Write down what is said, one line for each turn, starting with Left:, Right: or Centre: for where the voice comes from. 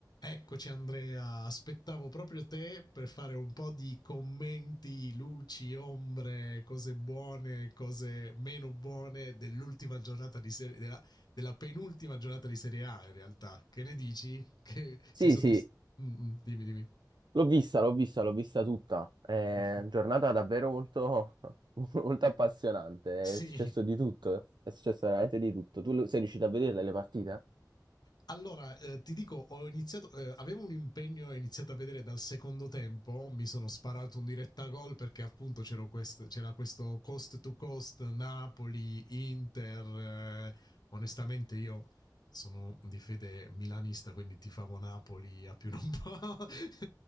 Left: Eccoci Andrea, aspettavo proprio te per fare un po' di commenti, luci, ombre, cose buone, cose meno buone dell'ultima giornata di serie della, della penultima giornata di Serie A in realtà. Che ne dici? Che
Right: Sì,
Left: sei soddisfatto?
Right: sì,
Left: Mm, mm, dimmi, dimmi.
Right: l'ho vista, l'ho vista, l'ho vista tutta. È
Left: <laughs>
Right: giornata davvero molto, <laughs> molto appassionante.
Left: sì.
Right: È successo di tutto, è successo veramente di tutto. Tu lo- sei riuscito a vederle le partite?
Left: Allora, eh, ti dico, ho iniziato, eh, avevo un impegno e ho iniziato a vedere dal secondo tempo, mi sono sparato un diretta gol perché appunto c'era, quest- c'era questo cost to cost Napoli, Inter, eh, onestamente io sono di fede milanista, quindi tifavo Napoli a più non po' <laughs>